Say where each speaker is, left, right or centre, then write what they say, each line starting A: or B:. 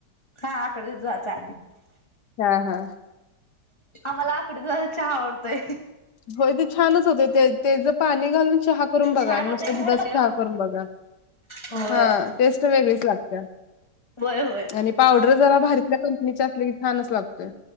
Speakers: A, on the left (about 20°); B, on the left (about 70°).
A: हां आकडी दुधाचा
B: हा हा.
A: आम्हाला आकडी दुधाचा चहा आवडतोय.
B: होय, ते छानच होते ते पाणी घालून चहा करून बघा
A: छान
B: आणि
A: होतय
B: नुसतं दुधाचा
A: घरी
B: चहा
A: ओ
B: करून बघा.
A: होय
B: हा टेस्ट वेगळीच लागत्या.
A: होय होय
B: आणि पावडर जरा भारीतल्या कंपनीची असली की छानच लागतोय.